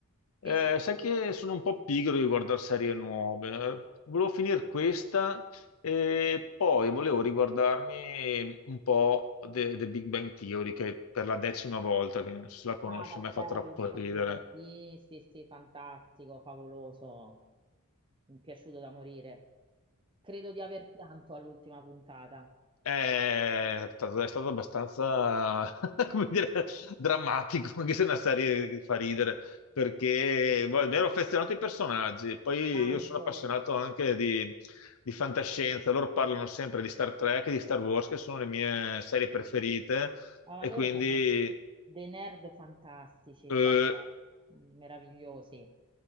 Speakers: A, on the left (about 65°); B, on the right (about 20°).
A: Eh,
B: Sì, sì,
A: sai che sono un po' pigro di guardare serie nuove. Volevo finire questa e poi volevo riguardarmi un po' The, The Big Bang Theory, che per la decima volta, che non so se la conosci,
B: Ah, vabbè,
A: mi ha fatto troppo
B: adorabile.
A: ridere.
B: Sì, sì, sì, fantastico, favoloso. Mi è piaciuto da morire. Credo di aver pianto all'ultima puntata.
A: È stato, è stato abbastanza, <laughs> come dire, drammatico, <laughs> anche se è una serie che fa ridere, perché boh, mi ero affezionato ai personaggi, poi
B: Tanto.
A: io sono appassionato anche di, di fantascienza, loro parlano sempre di Star Trek e di Star Wars, che sono le mie serie preferite,
B: Ah, ma
A: e
B: loro
A: quindi
B: sono dei nerd fantastici,
A: eh,
B: cioè, meravigliosi.